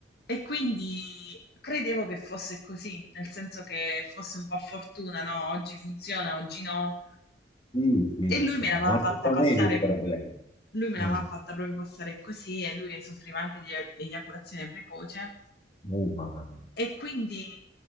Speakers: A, on the left; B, on the left.
A: E quindi credevo che fosse così, nel senso che fosse un po' a fortuna, no? Oggi funziona, oggi no.
B: sì, sì,
A: E lui
B: cioè,
A: me l'aveva
B: non
A: fatta
B: ti ponevi
A: passare
B: il problema.
A: proprio lui me l'aveva
B: Mm,
A: fatta proprio passare così e lui soffriva anche di e eiaculazione precoce.
B: oh, mamma mia.
A: E quindi